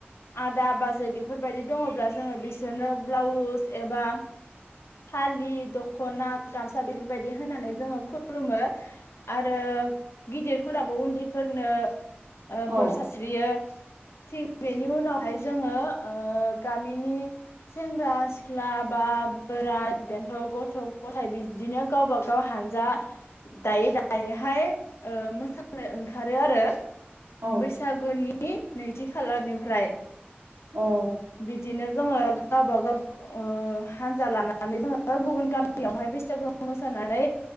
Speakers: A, on the left; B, on the right.
A: आदा बाज जे बेफोरबायदि दङब्ला जोङो बिसोरनो ब्लाउस एबा फालि दख'ना गामसा बेफोरबायदि होनानै जोङो खुलुमो आरो गिदिरफोराबो उन्दैफोरनो ओ
B: औ
A: बोर सास्रियो‌। थिक बेनि उनावहाय जोङो ओ गामिनि सेंग्रा सिख्ला बा बोराइ बेन्थ' गथ' गथाय बिदिनो गावबा गाव हानजा दायै दायैहाय ओ मोसानो ओंखारो आरो।
B: औ
A: बैसागुनि नैथि खालारनिफ्राय
B: औ
A: बिदिनो जोङो गावबागाव ओ हानजा लानानै जोङो गुबुन गामियावहाय बैसागुआव मोसानानै